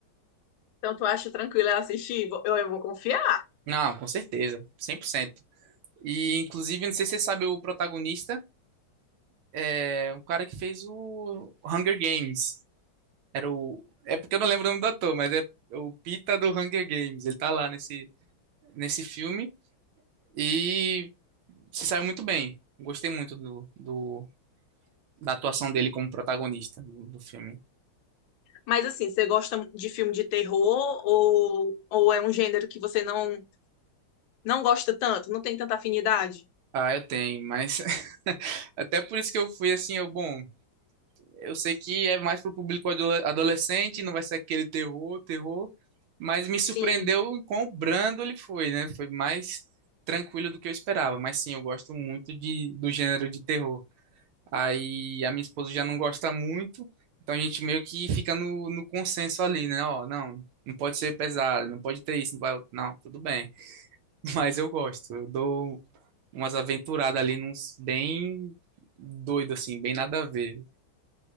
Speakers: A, on the left; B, on the right.
A: Então, tu acha tranquilo eu assistir? Vou- Eu, eu vou confiar.
B: Não, com certeza, 100%. E, inclusive, não sei se você sabe o protagonista. É, um cara que fez o Hunger Games. Era o. É porque eu não lembro o nome do ator, mas é o Pita do Hunger Games. Ele tá lá nesse, nesse filme e se saiu muito bem. Gostei muito do, do- da atuação dele como protagonista do, do filme.
A: Mas assim, você gosta de filme de terror ou, ou é um gênero que você não, não gosta tanto, não tem tanta afinidade?
B: Ah, eu tenho, mas <laughs> até por isso que eu fui assim, eu, bom, Eu sei que é mais pro público ado- adolescente, não vai ser aquele terror, terror, mas me
A: Sim.
B: surpreendeu em quão brando ele foi, né? Foi mais tranquilo do que eu esperava, mas sim, eu gosto muito de, do gênero de terror. Aí a minha esposa já não gosta muito, então a gente meio que fica no, no consenso ali, né? Ó, não, não pode ser pesado, não pode ter isso, não vai, não, tudo bem. <laughs> Mas eu gosto, eu dou umas aventuradas ali, uns bem doido assim, bem nada a ver.